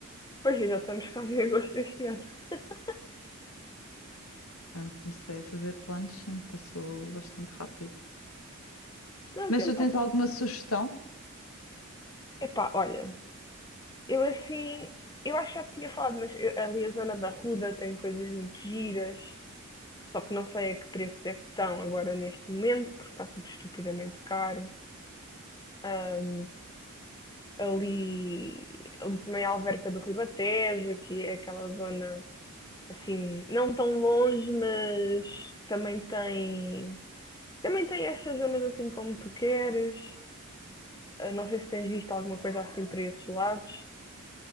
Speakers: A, on the left; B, on the left.
A: pois é, já estamos com o agosto deste ano. <laughs>
B: Quando comecei a fazer planos, sim, passou bastante rápido.
A: Não, o
B: Mas
A: tempo
B: tu
A: passa.
B: tens alguma sugestão?
A: Epá, olha, eu assim, eu acho que já tinha falado, mas eu- ali a zona da Ruda tem coisas muito giras, só que não sei a que preço é que estão agora neste momento, porque está tudo estupidamente caro. Ahm, ali, ali também a Alverca do Ribatejo, que é aquela zona assim, não tão longe, mas também tem, também tem estas zonas assim como tu queres. Ah, não sei se tens visto alguma coisa assim para esses lados.